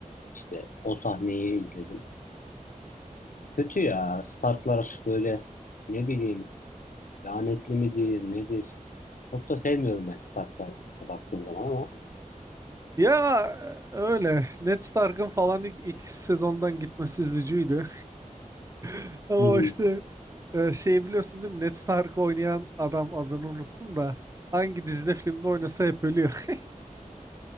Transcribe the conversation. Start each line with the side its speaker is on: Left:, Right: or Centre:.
Left: İşte o sahneyi izledim. Kötü ya. Starklar böyle ne bileyim lanetli midir nedir? Çok da sevmiyorum ben Stark'lara baktığım zaman ama.
Right: Ya öyle. Ned Stark'ın falan ilk, ilk sezondan gitmesi üzücüydü. <laughs> Ama
Left: Hı hı.
Right: işte e, şey biliyorsun değil mi? Ned Stark oynayan adam adını unuttum da hangi dizide filmde oynasa hep ölüyor.